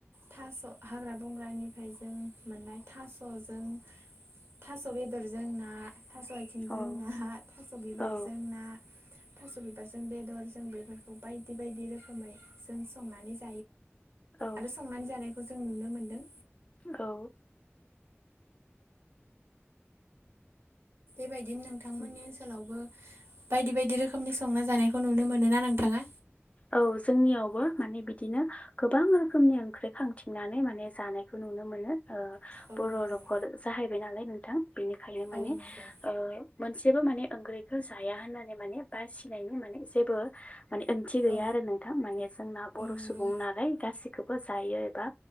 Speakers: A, on the right; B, on the left.
A: थास हाग्रा बंग्रानिफ्राय जों मोननाय थासजों थास बेदरजों ना थास आथिंजों
B: औ
A: ना थास बिबारजों
B: औ
A: ना थास बिबारजों बेदर जों बेफोरखौ बायदि बायदि रोखोमै जों संनानै ज
B: औ
A: आरो संनानै जानायखौ जों नुनो मोनदों
B: औ
A: बेबायदिनो नोंथांमोननि
B: औ
A: ओनसोलावबो बायदि बायदि रोखोमनि संना जानायखौ नुनो मोनो ना नोंथाङा
B: औ जोंनियावबो माने बिदिनो गोबां रोखोमनि ओंख्रि खांथिंनानै माने जानायखौ नुनो मोनो
A: औ
B: बर
A: नंगौ
B: नखर जाहैबाय नालाय नोंथां बेनिखायनो माने
A: औ नंगौ
B: ओ मोनसेबो माने ओंख्रैखौ जाया होननानै माने बासिनायनि माने जेबो माने ओ थि गैया
A: औ
B: आरो नोंथां माने जोंना बर
A: नंगौ
B: सुबुं नालाय गासि खौबो जायो एबा